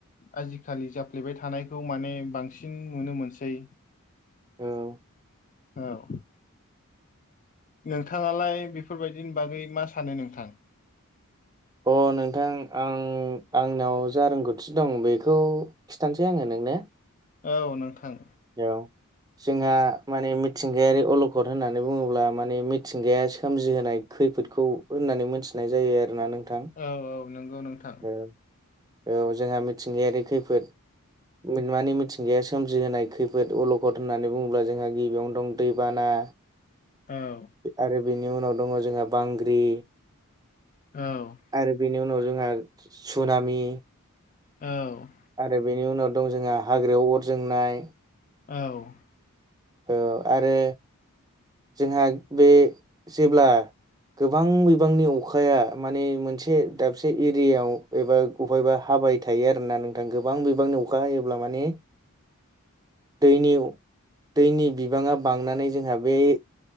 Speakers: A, on the left (about 35°); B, on the right (about 15°).
A: आजिखालि जाफ्लेबाय थानायखौ माने बांसिन नुनो मोनसै
B: उम
A: औ नोंथाङालाय बेफोरबायदिनि बागै मा सानो नोंथां
B: अ नोंथां आं आंनाव जा रोंगौथि दं बेखौ खिथानोसै आङो नोंनो
A: औ नोंथां
B: औ जोंहा माने मिथिंगायारि अलखद होननानै बुङोब्ला माने मिथिंगाया सोमजिहोनाय खैफोदखौ होननानै मोन्थिनाय जायो आरोना नोंथां
A: औ औ नोंगौ नोंथां
B: औ औ जोंहा मिथिंगायारि खैफोद मानि मिथिंगाया सोमजिहोनाय खैफोद अलखद होननानै बुङोब्ला जोंहा गिबियावनो दं दैबाना
A: औ
B: आरो बिनि उनाव दङ जोंहा बांग्रि
A: औ
B: आरो बेनि उनाव जोंहा सुनामि
A: औ
B: आरो बेनि उनाव दं जोंहा हाग्रायाव अर जोंनाय
A: औ
B: औ आरो जोंहा बे जेब्ला गोबां बिबांनि अखाया माने मोनसे दाबसे एरियायाव एबा अफायबा हाबाय थायो आरोना नोंथां गोबां बिबांनि अखा हायोब्ला माने दैनियाव दैनि बिबाङा बांनानै जोंहा बे